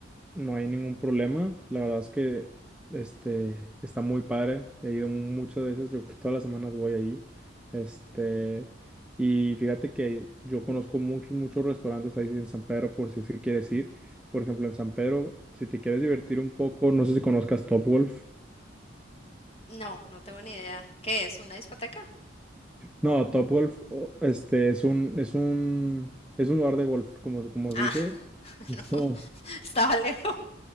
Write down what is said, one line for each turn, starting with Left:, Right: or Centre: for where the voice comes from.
Centre: No hay ningún problema. La verdad es que este está muy padre. He ido muchas veces, yo que todas las semanas voy ahí. Este, y fíjate que yo conozco muchos, muchos restaurantes ahí en San Pedro por si es que quieres ir. Por ejemplo, en San Pedro, si te quieres divertir un poco, no sé si conozcas Topgolf.
Left: No, no tengo ni idea. ¿Qué es? ¿Una discoteca?
Centre: No, Topgolf, o- este, es un, es un, es un lugar de golf, como, como se
Left: Ah,
Centre: dice.
Left: <laughs>
Centre: Es
Left: no,
Centre: como-
Left: estaba lejos.